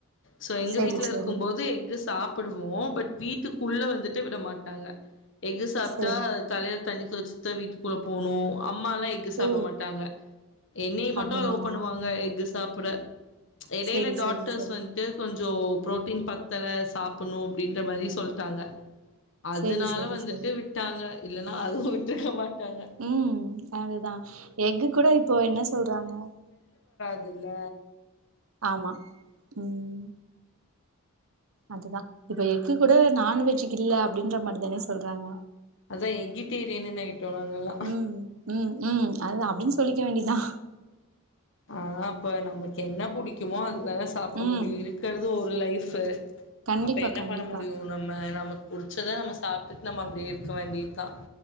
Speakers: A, on the left; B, on the right.
A: சோ எங்க
B: செரி
A: வீட்டுல
B: செரி
A: இருக்கும் போது எனக்கு சாப்ப ப்படுவோ பட் வீட்டுக்குள்ள வந்துட்டு விட மாட்டாங்க எக்கு சாப்டா
B: செரி
A: தலைல தண்ணி குளிச்சிட்தா வீட்டுக்குள்ள போணு அம்மாலா எக்கு சாப்பிட
B: ஓ
A: மாட்டாங்க என்னய மட்டு
B: அப்டிங்களா
A: அலோ பண்ணுவாங்க எக்கு சாப் <unintelligible> எடையில
B: செரி
A: டாக்ட்டர்ஸ்
B: செரி செரி
A: வந்துட்டு கொஞ்சோ ப்ரோட்டீன் பத் த்தல சாப்புட்ணு அப்டின்ற மாரி சொல்டாங்க அதனால
B: செரி செரி
A: வந்துட்டு
B: செரி
A: விட்டாங்க இல்லன்னா அதுவு விட்டிருக்க மாட் டாங்க
B: ம் அதுதா எக்கு கூட இப்போ என்ன சொல்றாங்க
A: அதல
B: ஆமா உம் அதுதா இப்ப எக்கு கூட நான்வெஜ் இல்ல அப்டின்ற மாரி தானே சொல்றாங்க
A: அதா எகிட்டேரியனுன் ஆய்ட்டோ நாங்கல்லா
B: ம் ம் ம் அதுதா அப்டின் சொல்லிக்க வேண்டிதா
A: ஆஹ் இப்ப நமக்கு என்ன புடிக்குமோ அ துதான சாப்பட
B: ம்
A: முடியு இருக்கறது ஒரு லைஃபு
B: கண்டிப்பா
A: அப்ப என்ன
B: கண்டிப்பா
A: பண்ண முடியு நம்ம நம புடிச்சத நம்ம சாப்ட்டுட் நம்ம அப்டே இருக்க வேண்டியத்தா